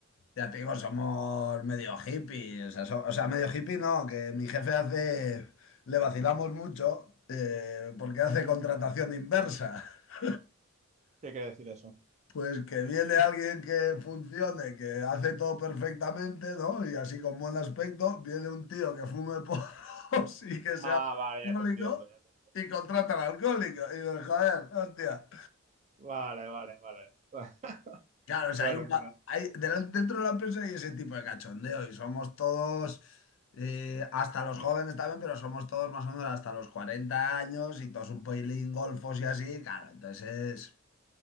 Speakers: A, on the left; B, on the right.
A: Ya te digo, somos medio hippies. O sea, so- o sea, medio hippie no, que mi jefe hace. Le vacilamos mucho eh,
B: Ujú.
A: porque hace contratación inversa. <laughs>
B: ¿Qué quiere decir eso?
A: Pues que viene alguien que funcione, que hace todo perfectamente, ¿no? Y así con buen aspecto, viene un tío que fume porros <laughs> y que sea
B: Ah, vale,
A: alcohólico
B: ya te entiendo, ya te-
A: y contrata al alcohólico. Y digo, joder, hostia.
B: Vale, vale, vale. <laughs>
A: Claro, o sea,
B: Bueno,
A: hay un, pa-
B: mira,
A: hay- delante- dentro de la empresa hay ese tipo de cachondeo y somos todos, eh, hasta los jóvenes también, pero somos todos más o menos hasta los 40 años y todos un poilín golfos y así, claro, entonces,